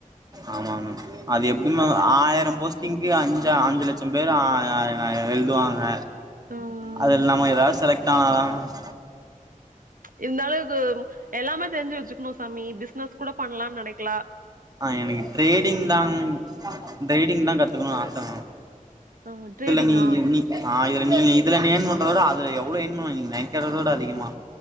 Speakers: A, on the right; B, on the right.
A: ஆமா மேம் அது எப்டி மேம் ஆயிர போஸ் டிங்கு அஞ்ச அஞ்சு லட்சோ பேர் அ எழுதுவாங்க
B: ம்.
A: அதுல நம்ம ஏதாது செலக்ட் ஆனாதா மேம்
B: இருந்தாலு இது எல்லாமே தெரிஞ்சு வச்சுக்கணு சாமி பிசினஸ் கூட பண்லானு நெனைக்கலா
A: அ எனக்கு ட்ரேடிங்தா ட்ரேடிங்தா கத்துக்கணுனு ஆச மேம்
B: அ ட்ரேடிங்கா?
A: இதுல நீ நீ அ இதுல நீங்க இதுல நீங்க ஏன் பண்றதோட அதுல எவ்ளோ ஏன் பண்ணலா நீங்க நெனைக்கறதோட அதிகமா